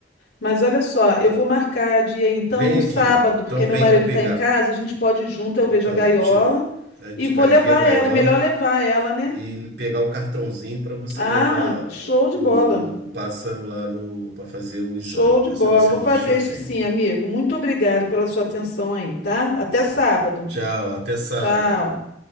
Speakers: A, on the left; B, on the right.
A: Mas olha só, eu vou marcar dia então
B: Vem
A: no sábado,
B: aqui.
A: porque
B: Então
A: meu
B: vem
A: marido
B: para pegar.
A: tá em casa, a gente pode ir junto, eu
B: Então,
A: vejo a gaiola
B: a gente a gente
A: e vou
B: vai
A: levar
B: ver a gaiola
A: ela. É melhor levar ela, né?
B: e pegar o cartãozinho para você
A: Ah,
B: levar
A: show
B: o,
A: de
B: o,
A: bola.
B: o pássaro lá no para fazer o
A: Show
B: exame,
A: de
B: para
A: bola.
B: saber se
A: Vou
B: é macho
A: fazer
B: ou
A: isso
B: fêmea.
A: sim, amigo. Muito obrigado pela sua atenção aí, tá? Até sábado.
B: Tchau, até sábado.
A: Tchau.